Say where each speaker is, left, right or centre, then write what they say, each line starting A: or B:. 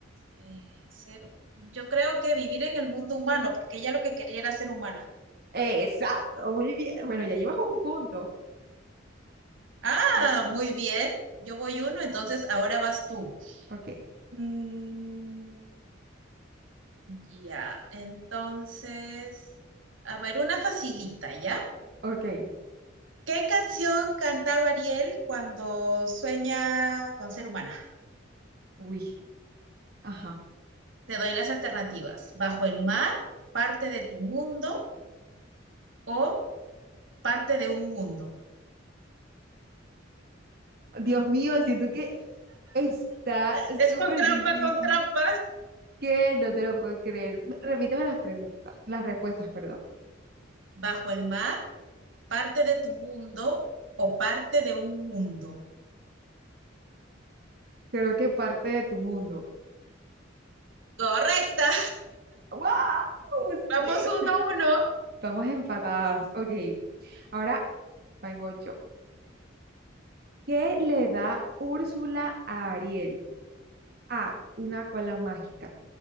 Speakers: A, on the right (about 80°); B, on the right (about 55°).
A: eh, ser... Yo creo que vivir en el mundo humano, porque ella lo que quería era ser humana.
B: Exacto, muy bien. Bueno, ya llevas un punto.
A: Ah,
B: Ah,
A: muy bien. Yo voy uno, entonces ahora vas tú.
B: ok,
A: Mm, ya, entonces... A ver, una facilita, ¿ya?
B: ok.
A: ¿Qué canción cantaba Ariel cuando sueña con ser humana?
B: Uy, ajá.
A: Te doy las alternativas. Bajo el mar, parte de tu mundo o parte de un mundo.
B: Dios mío, siento que está
A: Es
B: súper
A: con trampa,
B: difícil.
A: con trampa.
B: ¿Qué? No te lo puedo creer. Repíteme las preguntas, las respuestas, perdón.
A: Bajo el mar, parte de tu mundo o parte de un mundo.
B: Creo que parte de tu mundo.
A: Correcta.
B: ¡Wow!
A: Vamos
B: Sí, o
A: uno
B: sea,
A: a uno.
B: estamos empatadas. Ok, ahora vengo yo. ¿Qué le da Úrsula a Ariel? A, una cola mágica.